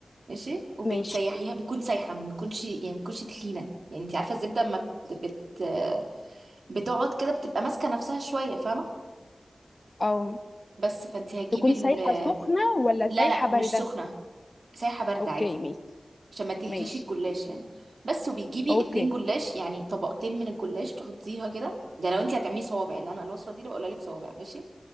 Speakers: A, on the right; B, on the left.
A: ماشي وبتسيحيها
B: ماشي
A: بيكون سايحه ما بيكونش يعني ما بيكونش تخينه يعني انت عارفه الزبده اما بت... بت... آه، بتقعد كده بتبقى ماسكه نفسها شويه فاهمه
B: اه
A: بس فانت هتجيبي
B: تكون
A: ال...
B: سايحه سخنه ولا
A: لا
B: سايحه
A: لا
B: بارده
A: مش سخنه سايحه بارده
B: اوكي
A: عادي
B: ماشي
A: عشان ما تهريش
B: ماشي
A: الجلاش يعني بس وبيجيبي
B: اوكي
A: اتنين جلاش يعني طبقتين من الجلاش تحطيها كده ده لو انت هتعملي صوابع اللي انا الوصفه دي اللي بقولها لك صوابع ماشي